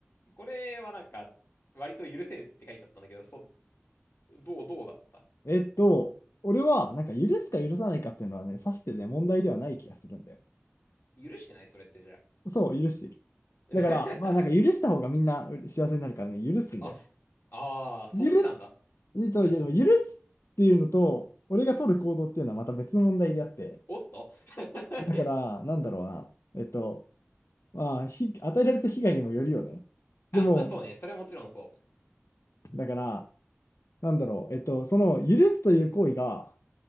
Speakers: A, on the left (about 60°); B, on the left (about 85°).
A: これはなんか、割と許せるって書いちゃったんだけど、そ、どう、どうだった
B: えっと、俺は、なんか許すか許さないかっていうのはね、さしてね、問題ではない気がするんだよ。
A: 許してないそれってじゃあ。
B: そう、許している。
A: <laughs>
B: だから、まあなんか許した方がみんな幸せになるからね、
A: はい。
B: 許すんだよ。
A: あああ、そっちなんだ。
B: 許す、えっと、
A: うん。
B: いやでも許すっていうのと、俺が取る行動っていうのはまた別の問題であって、
A: おっと <laughs>
B: だから、なんだろうな。えっと、まあ、ひ与えられた被害にもよるよね。
A: あ、
B: でも、
A: まあそうね。それはもちろんそう。
B: だから、なんだろう、えっと、その許すという行為が、